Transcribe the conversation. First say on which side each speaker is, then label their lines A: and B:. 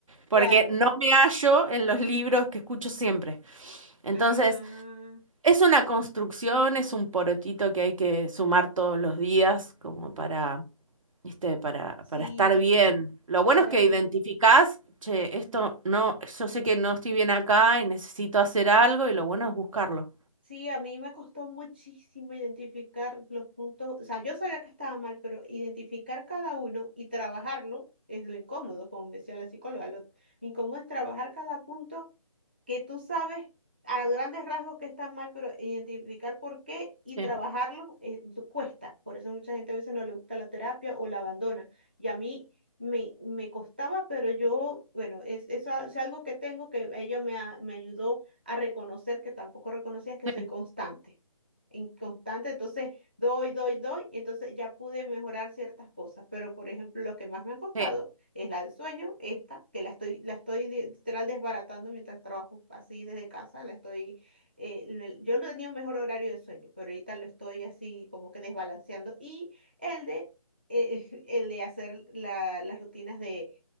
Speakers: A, on the right (about 15°); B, on the right (about 65°).
A: claro.
B: Porque no me hallo en los libros que escucho siempre. Entonces,
A: Ah,
B: es una construcción, es un porotito que hay que sumar todos los días como para, ¿viste? Para,
A: sí,
B: para estar bien. Lo bueno
A: para
B: es que
A: ir.
B: identificás, che, esto no, yo sé que no estoy bien acá y necesito hacer algo y lo bueno es buscarlo.
A: Sí, a mí me costó muchísimo identificar los puntos, o sea, yo sabía que estaba mal, pero identificar cada uno y trabajarlo es lo incómodo, como me decía la psicóloga, lo incómodo es trabajar cada punto que tú sabes a grandes rasgos que están mal, pero identificar por qué y
B: Sí,
A: trabajarlo eh, du- cuesta. Por eso mucha gente a veces no le gusta la terapia o la abandona. Y a mí me, me costaba, pero yo, bueno, es, es a- es algo que tengo que ella me, a- me ayudó a reconocer que tampoco reconocías que
B: sí,
A: soy constante. Inconstante, entonces doy, doy, doy, y entonces ya pude mejorar ciertas cosas, pero por ejemplo, lo que más me han costado
B: sí.
A: es la del sueño, esta, que la estoy, la estoy de- literal desbaratando mientras trabajo así desde casa, la estoy, eh, lo- yo no tenía un mejor horario de sueño, pero ahorita lo estoy así como que desbalanceando, y el de, eh, <laughs> el de hacer la- las rutinas de,